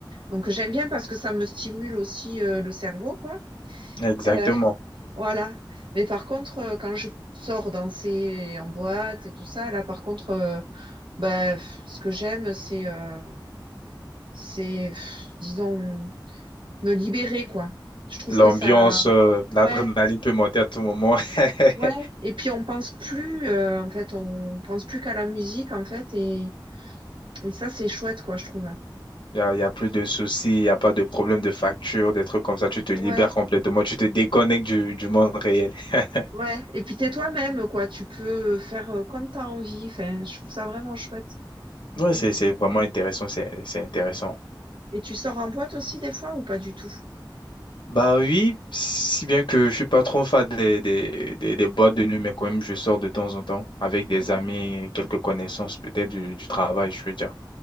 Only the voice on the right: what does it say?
Donc, j'aime bien parce que ça me stimule aussi euh, le cerveau, quoi.
Euh, voilà. Mais par contre, euh, quand je sors danser en boîte et tout ça, là, par contre, euh, ben, pff, ce que j'aime, c'est, euh, c'est, pff, disons, me libérer, quoi. Je trouve
que ça,
ouais,
Ouais, et puis on pense plus, euh, en fait, on pense plus qu'à la musique, en fait, et, et ça, c'est chouette, quoi, je trouve.
Ouais,
ouais, et puis t'es toi-même, quoi, tu peux faire euh, comme t'as envie, enfin, je trouve ça vraiment chouette.
Mm.
Et tu sors en boîte aussi, des fois, ou pas du tout?
Ouais.